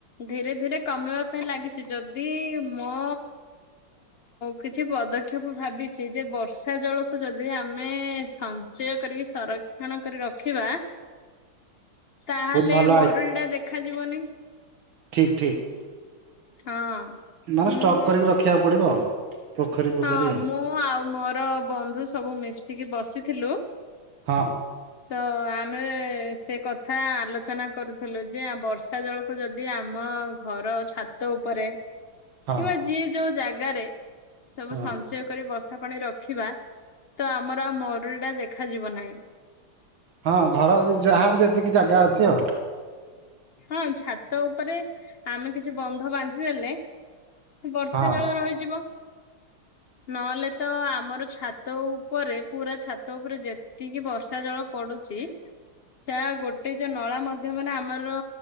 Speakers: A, on the left; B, on the right.
A: ଧୀରେ ଧୀରେ କମେଇବା ପାଇଁ ଲାଗିଛି ଯଦି ମୋ କିଛି କି ପଦକ୍ଷେପ ଭାବିଛି ଯେ ବର୍ଷା ଜଳକୁ ଯଦି ଆମେ ସଞ୍ଚୟ କରିକି ସର କ୍ଷଣ କରି ରଖିବା ତାହେଲେ
B: ବହୁତ ଭଲ
A: ମରୁଡ଼ି ଟା ଦେଖାଯିବନି।
B: ଠିକ୍ ଠିକ୍।
A: ହଁ।
B: ମାନେ
A: ମୁଁ
B: ଷ୍ଟକ୍ କରିକି ରଖିବାକୁ ପଡିବ ଆଉ। ପୋଖରୀ ପୋଖରୀ
A: ହଁ
B: ଆଉ
A: ମୁଁ ଆଉ ମୋର ବନ୍ଧୁ ସବୁ ମିଶିକି ବସିଥିଲୁ।
B: ହଁ।
A: ତ ଆମେ ସେ କଥା ଆଲୋଚନା କରୁଥିଲୁ ଯେ ଆ ବର୍ଷା ଜଳକୁ କୁ ଯଦି ଆମ ଘର ଛାତ ଉପରେ କିମ୍ବା
B: ହଁ
A: ଯିଏ ଯୋଉ ଜାଗାରେ ସବୁ
B: ହଁ
A: ସଞ୍ଚୟ କରି ବର୍ଷା ପାଣି ରଖି ରଖିବା ତ ଆମର ଆଉ ମରୁଡ଼ି ଟା ଦେଖାଯିବ ନାହିଁ।
B: ହଁ ଘର ଯାହାର ଯେତିକି ଜାଗା ଅଛି ଆଉ।
A: ହଁ ଛାତ ଉପରେ ଆମେ କିଛି ବନ୍ଧ ବାନ୍ଧିଦେଲେ ବର୍ଷା
B: ହଁ
A: ଜଳ ରହିଯିବ। ନହେଲେ ତ ଆମର ଛାତ ଉପରେ ପୁରା ଛାତ ଉପରେ ଯେତ ଏତିକି ବର୍ଷା ଜଳ ପଡୁଛି ସେ ଗୋଟେ ଯୋଉ ନଳା ମଧ୍ୟ ମାନେ ଆମର